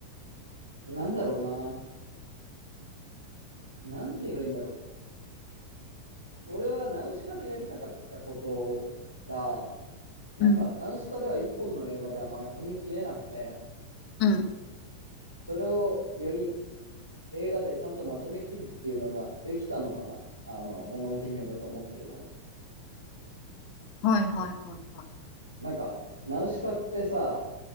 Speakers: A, on the right; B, on the left.
A: う、なんだろうな。なんて言えばいいんだろう。俺はナウシカでやりたかったことが、なんか、
B: うん。
A: ナウシカでは一本の映画ではまとめきれなくて、
B: うん。
A: それをより映画でちゃんとまとめきるっていうのができたのかな。あの、もののけ姫だと思ってるのね。
B: はいはいはいは
A: なんか、ナウシカってさ、